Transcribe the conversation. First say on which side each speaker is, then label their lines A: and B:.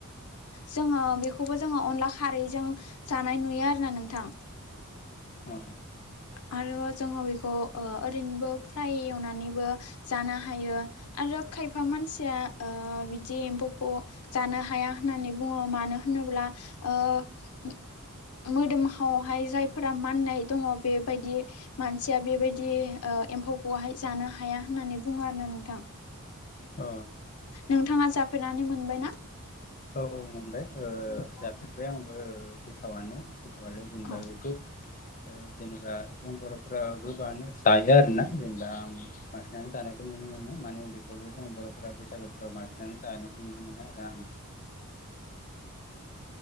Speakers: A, on the left; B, on the left.
A: जोङो बेखौबो जोङो अनला खारैजों जानाय नुयो आरो ना नोंथां।
B: औ
A: आरो जोङो बेखौ ओ ओरैनोबो फ्राय एवनानैबो जानो हायो आर <unintelligible> रो खायफा मानसिया ओ बिदि एम्फौखौ जानो हाया होननानै बुङो मानो होनो ब्ला ओ <unintelligible> मोदोमहावहाय जायफोरा माननाय दंङ' बेब बायदि मानसिया बेबायदि ओ एम्फौखौहाय जानो हाया होननानै बुङो आरो ना नोंथां।
B: आ।
A: नोंथांङा जाफेरनानै मोनबाय ना?
B: औ औ मोनबाय ओ
A: जेनेबा
B: जाफेरबाय आंबो गोथावानो। माने जेनेबा
A: औ
B: बेखौ ओ जेनेबा जों बर' ओ गोबाङानो जायो आरोना जेनेबा आं बांसिनानो जानायखौ नुनो मोनो माने बेखौ जों बर' फोरा बैसागोफ्राव बांसिनानै जानायखौ नुनो मोनो आरो आं।